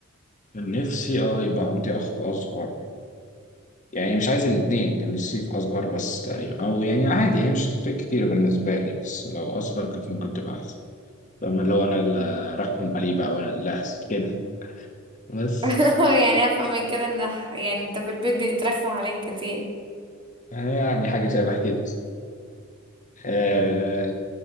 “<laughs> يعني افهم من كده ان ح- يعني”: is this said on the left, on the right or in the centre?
Right